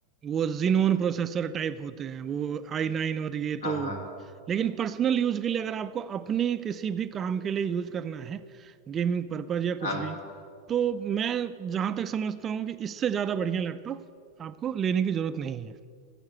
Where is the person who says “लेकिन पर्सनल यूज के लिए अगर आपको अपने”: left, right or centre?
Right